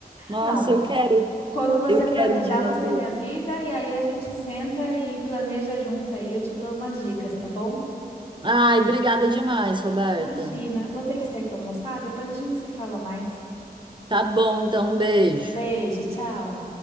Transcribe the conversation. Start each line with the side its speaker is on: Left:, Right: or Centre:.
Right: Nossa,
Left: Não,
Right: eu quero,
Left: quando você
Right: eu quero
Left: planejar,
Right: um dia na
Left: você
Right: vida.
Left: me avisa e aí a gente senta e planeja junto aí. Eu te dou umas dicas, tá bom?
Right: Ai, obrigada demais, Roberta.
Left: Imagina, vou ter que sair para almoçar, depois a gente se fala mais.
Right: Tá bom, então um beijo.
Left: Beijo, tchau.